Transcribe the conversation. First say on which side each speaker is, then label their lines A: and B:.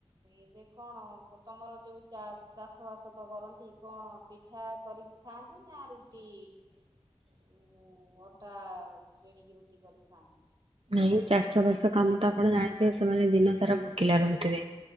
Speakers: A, on the right; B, on the right.
A: ଏବେ କଣ କ ତମର ଯୋଉ ଚା ଚାଷବାସ ତ କରନ୍ତି କଣ ପିଠା କରିକି ଖାଆନ୍ତି ନା ରୁଟି?
B: <inaudible>
A: ଉଁ ଅଟା କିଣିକି ରୁଟି କରିିକି ଖାଆନ୍ତି।
B: ଏଇ ଚାଷବାସ କାମ ତ ଆପଣ ଜାଣିଥିବେ ସେମାନେ ଦିନ ସାରା ଭୋକିଲା ରହୁଥିବେ।